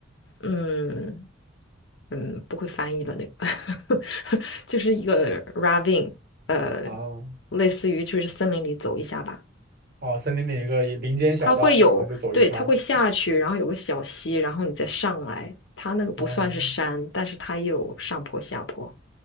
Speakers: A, on the left; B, on the right.
A: 嗯嗯，不会翻译了那个，<laughs> 就是一个 ravine，呃，
B: 哦
A: 类似于就是森林里走一下吧。
B: 哦，森林里一个林间小道，
A: 它会有，
B: 然后就走一圈儿。
A: 对，它会下去，然后有个小溪，然后你再上来。它那个不算是山，
B: 哦，
A: 但是它也有上坡下坡，